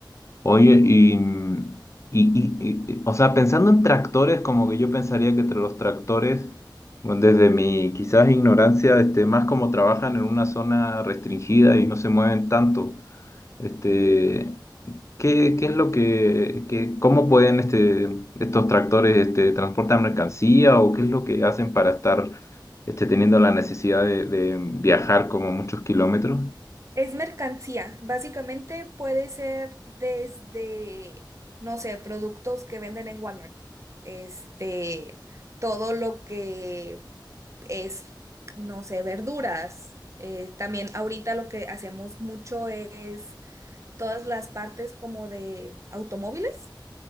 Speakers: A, on the left; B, on the right.
A: Oye, y, mm, y, y- y- o sea, pensando en tractores, como que yo pensaría que entre los tractores, bueno, desde mi quizás ignorancia, este, más como trabajan en una zona restringida y no se mueven tanto, este, ¿qué, qué es lo que, que- cómo pueden este, estos tractores este, transportar mercancía o qué es lo que hacen para estar este, teniendo la necesidad de, de viajar como muchos kilómetros?
B: Es mercancía, básicamente puede ser desde, no sé, productos que venden en Walmart, este, todo lo que es, no sé, verduras. Eh, también ahorita lo que hacemos mucho es todas las partes como de automóviles.